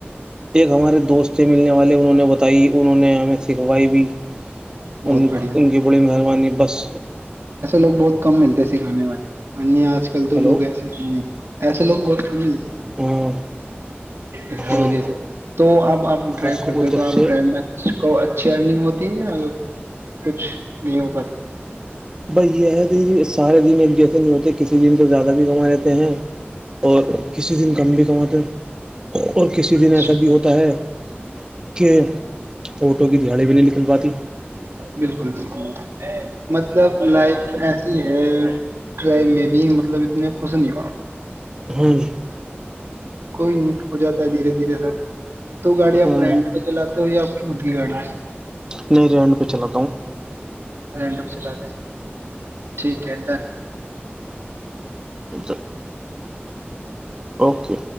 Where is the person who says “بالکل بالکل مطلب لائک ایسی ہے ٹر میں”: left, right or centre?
Right